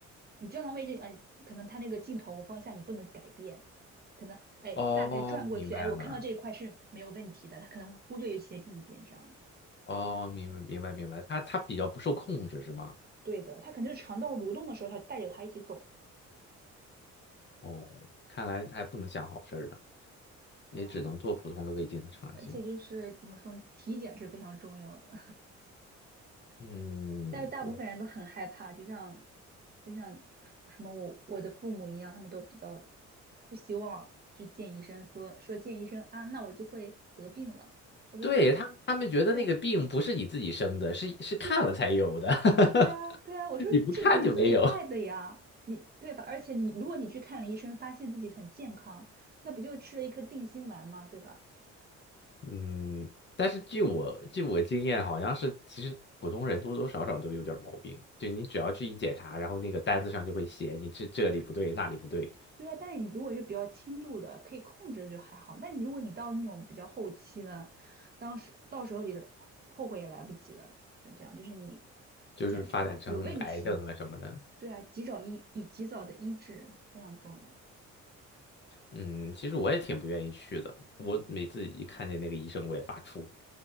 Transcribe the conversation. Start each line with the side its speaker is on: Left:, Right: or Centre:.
Right: 你胶囊位置，呃，可能它那个镜头方向你不能改变，可能，哎，
Left: 哦，
Right: 大概转过去，
Left: 明白了。
Right: 哎，我看到这一块是没有问题的，它可能会忽略一些病变这样子。
Left: 哦，明白明白明白，它它比较不受控制是吗？
Right: 对的，它肯定是肠道蠕动的时候，它带着它一起走嘛。
Left: 哦，看来它还不能想好事儿呢，也只能做普通的胃镜和肠镜。
Right: 对啊，而且就是怎么说呢，体检是非常重要的。
Left: 嗯，
Right: 但是大部分人都很害怕，
Left: 我
Right: 就像就像什么我我的父母一样，他们都比较不希望去见医生说说见医生啊，那我就会得病了。我说
Left: 对他们他们觉得那个病不是你自己生的，
Right: 对呀，
Left: 是是看了才有的，
Right: 对呀，对呀，
Left: <laughs>
Right: 对呀，我说这你自己带的呀，
Left: 你不看就没有。
Right: 你对吧？而且你如果你去看了医生，发现自己很健康，那不就吃了一颗定心丸吗？对吧？
Left: 嗯，但是据我据我经验，好像是其实普通人多多少少都有点儿毛病，就你只要去一检查，然后那个单子上就会写你这这里不对那里不对，
Right: 对啊，但是你如果是比较轻度的，可以控制的就还好。但你如果你到那种比较后期呢，当时到时候你来后悔也来不及了，是这样。就是你
Left: 就是发展成癌症啊什么的。
Right: 检查有问题，对啊，及早医以及早的医治非常重要。
Left: 嗯，其实我也挺不愿意去的，我每次一看见那个医生我也发怵，